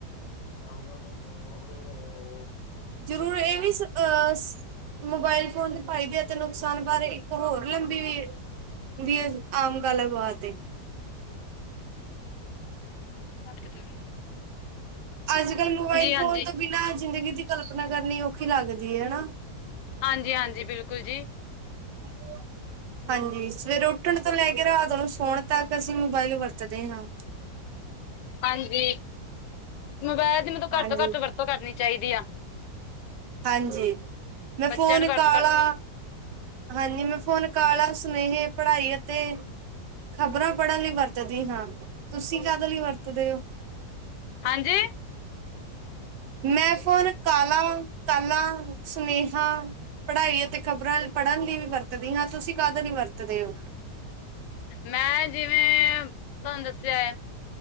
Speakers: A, on the left; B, on the right.
A: <unintelligible>
B: ਜ਼ਰੂਰ ਇਹ ਵੀ ਅਹ। ਮੋਬਾਇਲ ਫੋਨ ਦੇ ਫਾਇਦੇ ਅਤੇ ਨੁਕਸਾਨ ਬਾਰੇ ਹੋਰ ਲੰਬੀ ਵੀ ਵੀ ਆਮ ਗੱਲ ਬਾਤ
A: ਹਾਂਜੀ
B: ਅੱਜ ਕੱਲ੍ਹ ਮੋਬਾਇਲ
A: ਹਾਂਜੀ
B: ਫੋਨ ਤੋਂ ਬਿਨਾਂ ਜ਼ਿੰਦਗੀ ਦੀ ਕਲਪਨਾ ਕਰਨੀ ਔਖੀ ਲੱਗਦੀ ਹੈ ਹਨਾ
A: ਹਾਂਜੀ ਹਾਂਜੀ ਬਿਲਕੁਲ ਜੀ
B: ਹ ਹਾਂਜੀ ਸਵੇਰੇ ਉੱਠਣ ਤੋਂ ਲੈ ਕੇ ਰਾਤ ਉਹੂੰ ਸੋਣ ਤੱਕ ਅਸੀਂ ਮੋਬਾਇਲ ਵਰਤਦੇ ਹਾਂ
A: ਹਾਂਜੀ ਮੋਬਾਇਲ ਦੀ ਮੈਨੂੰ
B: ਹਾਂਜੀ,
A: ਘੱਟ ਤੋਂ ਘੱਟ ਵਰਤੋਂ ਕਰਨੀ ਚਾਹੀਦੀ ਆ
B: ਹਾਂਜੀ ਮੈਂ
A: ਬੱਚਿਆਂ
B: ਫੋਨ
A: ਨੂੰ ਘੱਟ
B: ਕਾਲਾ
A: ਤੋਂ ਘੱਟ
B: ਹਾਂਜੀ ਮੈਂ ਫੋਨ ਕਾਲ ਆ ਸੁਨੇਹੇ ਪੜ੍ਹਾਈ ਅਤੇ ਖ਼ਬਰਾਂ ਪੜ੍ਹਨ ਲਈ ਵਰਤਦੀ ਹਾਂ ਤੁਸੀਂ ਕਾਹਦੇ ਲਈ ਵਰਤਦੇ ਹੋ
A: ਹਾਂਜੀ
B: ਮੈਂ ਫੋਨ ਕਾਲਾਂ ਕਾਲਾਂ ਸੁਨੇਹਾ ਪੜ੍ਹਾਈ ਅਤੇ ਖ਼ਬਰਾਂ ਪੜ੍ਹਨ ਲਈ ਵੀ ਵਰਤਦੀ ਹਾਂ ਤੁਸੀਂ ਕਦ ਨ ਵਰਤਦੇ ਹੋ
A: ਮੈਂ ਜਿਵੇਂ ਤੁਹਾਨੂੰ ਦੱਸਿਆ ਹੈ